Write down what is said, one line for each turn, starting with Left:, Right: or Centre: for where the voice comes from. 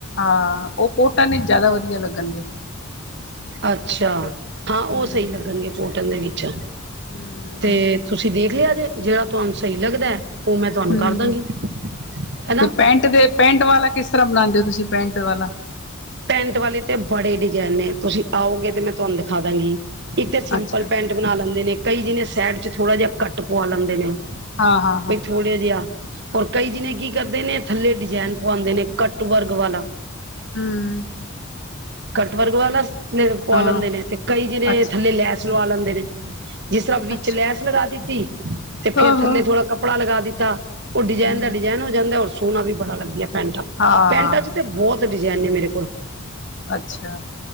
Left: ਹਾਂ ਉਹ ਕੋਟਨ ਵਿੱਚ ਜ਼ਿਆਦਾ ਵਧੀਆ ਲੱਗਣ
Right: ਅੱਛਾ ਹਾਂ ਉਹ
Left: ਹਮ
Right: ਸਹੀ ਲੱਗਣਗੇ ਕੋਟਨ ਦੇ ਵਿੱਚ
Left: ਹਮ
Right: ਤੇ ਤੁਸੀਂ ਦੇਖ ਲਿਆ ਜੇ ਜਿਹੜਾ ਤੁਹਾਨੂੰ ਸਹੀ ਲੱਗਦਾ ਉਹ ਮੈਂ ਤੁਹਾਨੂੰ
Left: ਹਮ
Right: ਕਰ ਦਾਂਗੀ ਹੈਨਾ
Left: ਤੇ ਪੈਂਟ ਦੇ ਪੈਂਟ ਵਾਲਾ ਕਿਸ ਤਰ੍ਹਾਂ ਬਣਾਉਦੇ ਹੋ ਤੁਸੀਂ ਪੈਂਟ ਵਾਲਾ!
Right: ਪੈਂਟ ਵਾਲੇ ਤੇ ਬੜੇ ਡਿਜ਼ਾਇਨ ਨੇ ਤੁਸੀਂ ਆਉਗੇ ਤੇ ਮੈਂ ਤੁਹਾਨੂੰ ਦਿਖਾ ਦਾਂਗੀ ਇੱਕ ਤੇ ਸਿੰਪਲ
Left: ਅੱਛਾ
Right: ਪੈਂਟ ਬਣਾ ਲੈਂਦੇ ਨੇ ਕਈ ਜਿਹੇ ਸੈਡ ਚ, ਥੋੜਾ ਜਿਹਾ ਘੱਟ ਪਵਾ ਲੈਂਦੇ ਨੇ,
Left: ਹਾਂ ਹਾਂ ਹਾਂ
Right: ਬਈ ਥੋੜੇ ਜਿਹਾਂ। ਹੋਰ ਕਈ ਜਾਨੇ ਕੀ ਕਰਦੇਂ ਨੇਂ ਥੱਲੇ ਡਿਜ਼ਾਇਨ ਪਵਾਉਂਦੇ ਨੇਂ ਕੱਟ ਵਰਕ ਵਾਲਾਂ।
Left: <inaudible>
Right: ਕੱਟ ਵਰਗ ਵਾਲਾ। ਪਵਾ
Left: ਹਾਂ
Right: ਲੈਂਦੇ ਨੇਂ ਤੇ ਕਈ ਜਾਨੇ
Left: ਅੱਛਾ
Right: ਥੱਲੇ ਲੈਸ ਲਵਾਂ ਲੈਂਦੇ ਨੇਂ। <inaudible> ਜਿਸ ਤਰ੍ਹਾਂ ਵਿੱਚ
Left: ਅੱਛਾ
Right: ਲੈਸ ਲਗਾ ਦਿੱਤੀ। ਤੇ ਫਿਰ
Left: ਹਾਂ
Right: ਥੱਲੇ
Left: ਹਾਂ
Right: ਥੋੜਾਂ ਕੱਪੜਾਂ ਲਗਾਂ ਦਿੱਤਾਂ। ਦਾ। ਉਹ ਡਿਜ਼ਾਈਨ
Left: ਹਮ
Right: ਦਾ ਡਿਜ਼ਾਈਨ ਹੋ ਜਾਂਦਾ। ਸੋਨਾ ਵੀ ਬੜਾ ਲੱਗਿਆ ਪੈਂਟਾ।
Left: ਹਾਂ
Right: ਪੈਂਟਾ
Left: ਹਾਂ
Right: ਚ
Left: ਹਾਂ
Right: ਤੇ ਬਹੁਤ ਡਜ- ਡਿਜ਼ਾਈਨ ਨੇਂ ਮੇਰੇ ਕੋਲ। <inaudible>
Left: ਅੱਛਾ।